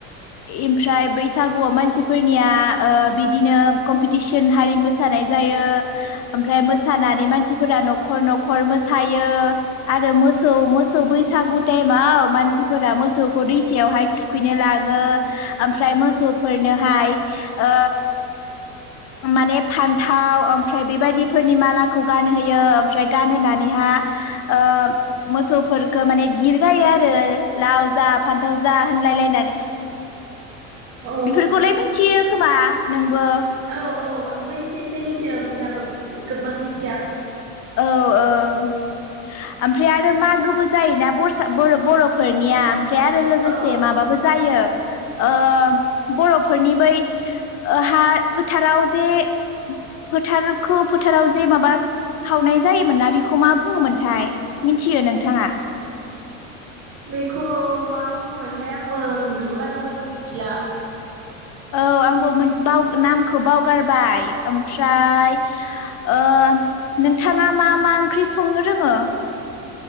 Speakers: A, on the left; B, on the right.
A: इमफ्राय बैसागुआव मानसिफोरनिया ओ बिदिनो कम्पिटिसन हारि मोसानाय जायो ओमफ्राय मोसानानै मानसिफोरा न'खर न'खर मोस थायो आरो मोसौ मोसौ बैसा सागु टाइमाव मानसिफोरा मोसौखौ दैसायावहाय थुखैनो लाग ङो ओमफ्राय मोसौफोरनो हाय ओ उम माने फानथाव ओमफ्राय बेबायदि फोरनि मालाखौ गानहोयो ओमफ्राय गानहोनानैहा ओ मोसौफोरखौ माने गिर गायो आरो लाव जा फान्थाव जा होनलाय लायनानै
B: अ
A: बेफोरखौलाय मिथियो खोमा? नोंबो
B: औ औ आंबो एसे एसे मिथियो होमब्लाबो गोबां मिथिया
A: औ ओं ओमफ्राय आरो मागोबो जायोना बरसा बोरो बर'फोरनिया ओमफ्राय आरो लोगोसे
B: औ
A: माबाबो जायो ओ बर'फोरनि बै हा फोथाराव जे फोथारखौ फोथाराव जे माबा सावनाय जायोमोन ना बेखौ मा बुङोमोनथाय मिथियो नोंथाङा?
B: बेखौ मा बुङोमोनथाय आंबो उम बारा मोजां मिथिला।
A: औ आंबो मोन बाव नामखौ बावगारबाय ओमफ्राय ओ नोंथाङा मा मा ओंख्रि संनो रोङो?